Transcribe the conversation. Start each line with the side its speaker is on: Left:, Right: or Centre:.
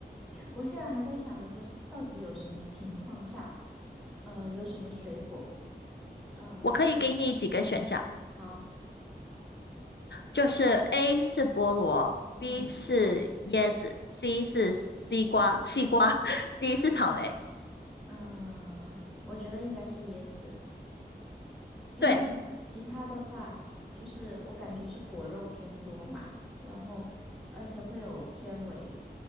Centre: 我现在还在想着说是到底有什么情况下，呃，有什么水果，呃，
Left: 我可以给你几个选项，
Centre: 好，
Left: 就是 A 是菠萝，B
Centre: 嗯
Left: 是椰子，C 是西瓜，西瓜 <laughs>，D 是草莓。
Centre: 嗯，我觉得应该是椰子。因为其他的话，
Left: 对，
Centre: 就是我感觉是果肉偏多嘛，然后而且会有纤维。